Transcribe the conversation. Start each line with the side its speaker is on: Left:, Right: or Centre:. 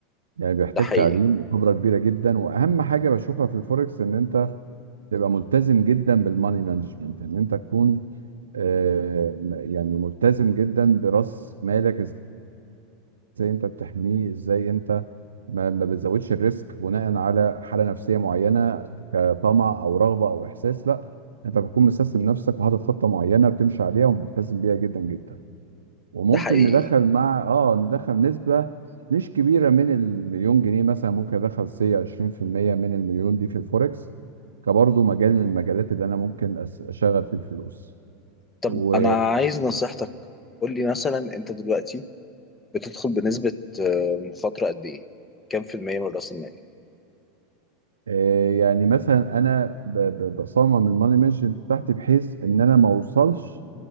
Right: يعني بيحتاج
Left: ده حقيقي
Right: تعليم وخبره كبيره جدا واهم حاجه بشوفها في الفوركس ان انت تبقى ملتزم جدا بالماني مانجمنت ان انت تكون آه يعني ملتزم جدا براس مالك ازاي انت بتحميه ازاي انت ما, ما بتزودش الريسك بناء على حاله نفسيه معينه كطمع او رغبه او احساس لا انت بتكون مسيستم نفسك وحاطط خطه معينه بتمشي عليها وملتزم بيها جدا جدا وممكن
Left: ده حقيقي
Right: ندخل مع اه ندخل نسبه مش كبيره من المليون جنيه مثلا ممكن ادخل سي 20% من المليون دي في الفوركس كبرضه مجال من المجالات اللي انا ممكن أس- اشغل فيه الفلوس
Left: طب
Right: و
Left: انا عايز نصيحتك قول لي مثلا انت دلوقتي بتدخل بنسبه آه، مخاطره قد ايه كام في المية من راس المال
Right: آه، يعني مثلا انا ب- ب- بصمم الماني مانجمنت بتاعتي بحيث ان انا ما اوصلش